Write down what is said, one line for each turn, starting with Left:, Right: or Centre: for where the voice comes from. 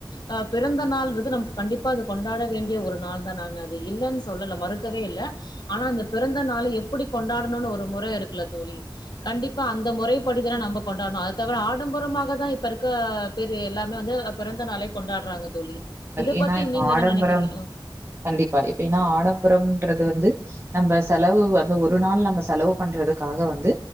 Left: ஆ பிறந்த நாள் ன்றது நம் கண்டிப்பா அது கொண்டாட வேண்டிய ஒரு நாள் தா நா அத இல்லன்னு சொல்லல மறுக்கவே இல்ல ஆனா அந்த பிறந்த நாள் எப்புடி கொண்டாடணுனு ஒரு முற இருக்குல தோழி கண்டிப்பா அந்த முறைப்படி தான நம்ம கொண்டாடணு அது தவிர ஆடம்பரமாக தா இப்ப ருக்க பெரிய எல்லாமே வந்து பிறந்த நாளை கொண்டாட்றாங்க தோழி
Right: ஏனா
Left: பத்தி
Right: இப்ப
Left: நீங்க
Right: ஆடம்பரம்
Left: என்ன நெனைக்கிறீங்க
Right: கண்டிப்பா இப்ப ஏனா ஆடம்பரம் றது வந்து நம்ம செலவு வந்து ஒரு நாள் நம்ம செலவு பண்றதுக்காக வந்து